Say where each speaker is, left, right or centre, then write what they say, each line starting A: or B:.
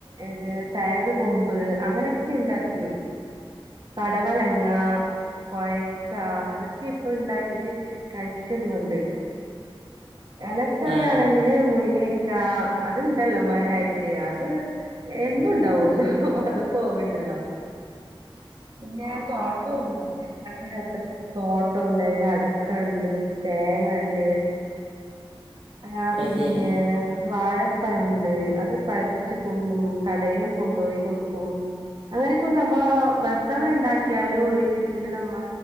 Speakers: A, on the right; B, on the right.
A: ഏത് <unintelligible> കൊമ്പ് അങ്ങനൊക്കെ ഇണ്ടാക്കി പടവലങ്ങ കൊയ്ക്ക അതൊക്കെ ഇപ്പൊ ഇണ്ടാക്കിട്ട് കഴിക്കുന്നുണ്ട് എലക്കറിയണെങ്കിൽ
B: ആ
A: മുരിങ്ങ <inaudible> ക്കാ അത്ണ്ടല്ലോ മരായിട്ട് അത് എന്നുണ്ടാവല്ലോ അത് പോവില്ലല്ലോ പിന്നെ <unintelligible> അട <unintelligible> അത്ര തോട്ടണ്ട് അയിൽ അടക്കണ്ട് തേങ്ങണ്ട് ആ
B: അത്
A: പിന്നേ
B: ശരി
A: വാഴ പഴണ്ട് അത് പയപ്പിച്ച് തുന്നും കടയിലും കൊണ്ടോയി കൊടുക്കും അങ്ങനെ ഇപ്പോ നമ്മാ <unintelligible> ണ്ടാക്കിയാല് ഒരിക്കിൽ പിന്നെ നമ്മ